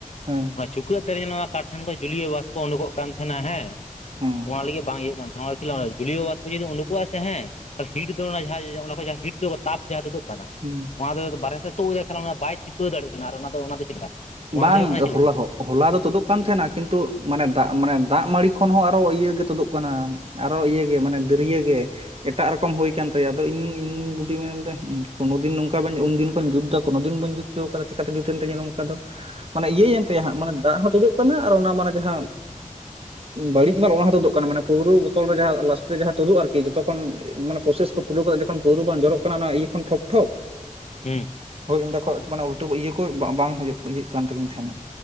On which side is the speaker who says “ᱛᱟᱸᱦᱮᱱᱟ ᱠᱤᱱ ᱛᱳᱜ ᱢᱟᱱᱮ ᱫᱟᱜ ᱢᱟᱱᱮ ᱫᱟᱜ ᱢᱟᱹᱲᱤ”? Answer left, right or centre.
Right